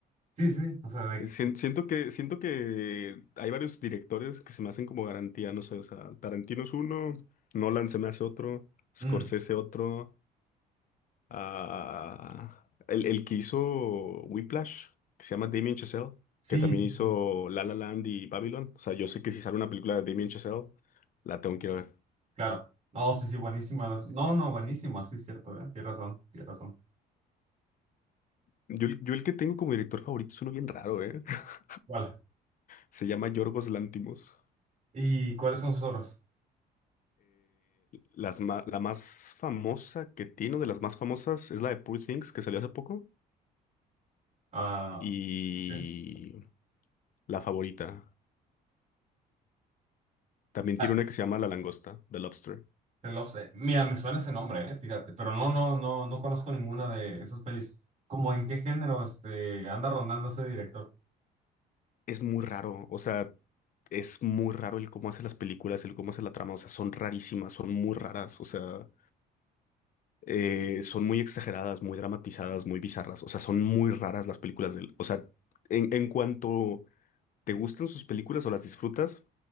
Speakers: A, on the right; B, on the left.
A: Sí, sí, sí, o sea, de...
B: Sien- Siento que, siento que hay varios directores que se me hacen como garantía, no sé, o sea, Tarantino es uno, Nolan se me hace otro, Scorsese
A: Mm.
B: otro. a- el, el que hizo Whiplash, que se llama Damien Chazelle,
A: Sí,
B: que también
A: sí,
B: hizo
A: sí,
B: La La Land y Babylon. O sea, yo sé que si sale una película de Damien Chazelle, la tengo que ir a ver.
A: claro. No, sí, sí, buenísima. No, no, buenísima, sí, cierto, ¿eh? Tienes razón, tienes razón.
B: Yo, el- yo el que tengo como director favorito es uno bien raro, ¿eh? <laughs>
A: Vale.
B: Se llama Yorgos Lantimos
A: ¿Y cuáles son sus obras?
B: las ma- la más famosa que tiene, o de las más famosas, es la de Poor Things, que salió hace poco.
A: Ah,
B: Y
A: ¿qué?
B: la favorita. También
A: Ah,
B: tiene una que se llama La Langosta, The Lobster.
A: The Lobs- eh, Mira, me suena ese nombre, eh, fíjate, pero no, no, no, no conozco ninguna de esas pelis. ¿Cómo en qué género este anda rondando ese director?
B: es muy raro, o sea, es muy raro el cómo hace las películas, el cómo hace la trama, o sea, son rarísimas, son muy raras, o sea, eh, son muy exageradas, muy dramatizadas, muy bizarras, o sea, son muy raras las películas de él. O sea, en, en cuanto te gustan sus películas o las disfrutas,